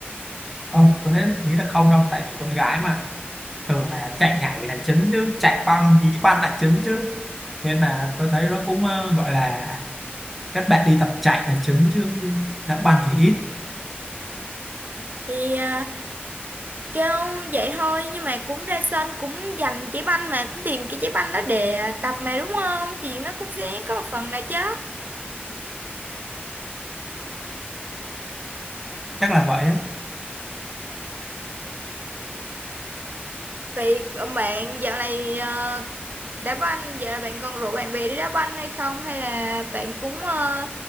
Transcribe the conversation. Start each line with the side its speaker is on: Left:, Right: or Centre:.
Centre: không tôi thấy nghĩ là không đâu tại vì con gái mà thường là chạy nhảy là chính chứ chạy băng dĩ băng là chính chứ nên là tôi thấy nó cũng ờ, gọi là các bạn đi tập chạy là chính chứ đá banh thì ít
Right: thì ờ, kêu vậy thôi nhưng mà cũng ra sân cũng giành trái banh mà cũng tìm cái trái banh đó để tập mà đúng không thì nó cũng sẽ có một phần nào chứ
Centre: chắc là vậy á
Right: vậy còn bạn dạo này ờ, đá banh dạo này bạn còn rủ bạn bè đi đá banh hay không hay là bạn cũng ờ,